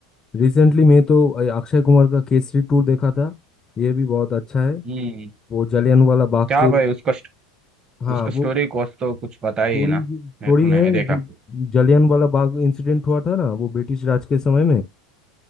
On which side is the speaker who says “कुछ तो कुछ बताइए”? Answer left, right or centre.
Right